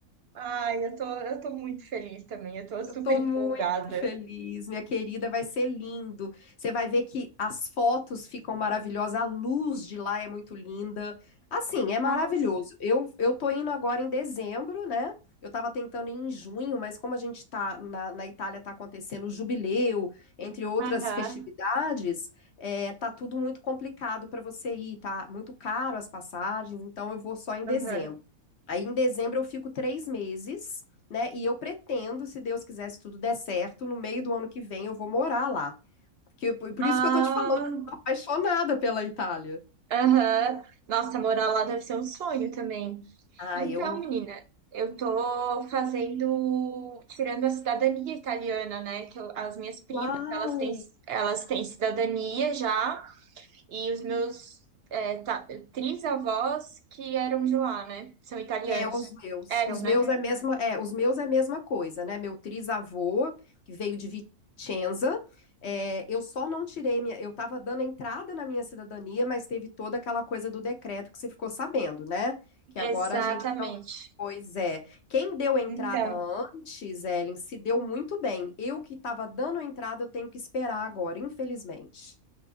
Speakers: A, on the right; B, on the left.
A: ai, eu tô, eu tô muito feliz também. Eu tô super
B: Eu tô
A: empolgada.
B: muito feliz, minha querida, vai ser lindo. Você vai ver que as fotos ficam maravilhosas, a luz de lá é muito linda. Assim, é
A: Nossa.
B: maravilhoso. Eu, eu tô indo agora em dezembro, né? Eu tava tentando ir em junho, mas como a gente tá na, na Itália, tá acontecendo o jubileu, entre outras
A: Aham,
B: festividades, é, tá tudo muito complicado para você ir, tá muito caro as passagens, então eu vou só em dezembro.
A: aham.
B: Aí em dezembro eu fico três meses né? E eu pretendo, se Deus quiser, se tudo der certo, no meio do ano que vem eu vou morar lá. Porque, por
A: Ah,
B: isso que eu tô te falando, eu tô apaixonada pela Itália.
A: Aham. Nossa, morar lá deve ser um sonho também.
B: Ah,
A: Então,
B: eu.
A: menina, eu tô fazendo, tirando a cidadania italiana, né? Que eu- as minhas primas,
B: Uau!
A: elas têm, elas têm cidadania já, e os meus é, ta- trisavós que eram de lá, né? São italianos.
B: É, os meus.
A: Eram,
B: Os
A: né?
B: meus é a mesma, é, os meus é a mesma coisa, né? Meu trisavô, que veio de Vicenza, é, eu só não tirei minha, eu tava dando entrada na minha cidadania, mas teve toda aquela coisa do decreto que você ficou sabendo, né? Que agora
A: Exatamente.
B: a gente não. Pois é. Quem deu entrada
A: Então,
B: antes, Ellen, se deu muito bem. Eu que tava dando entrada, eu tenho que esperar agora, infelizmente.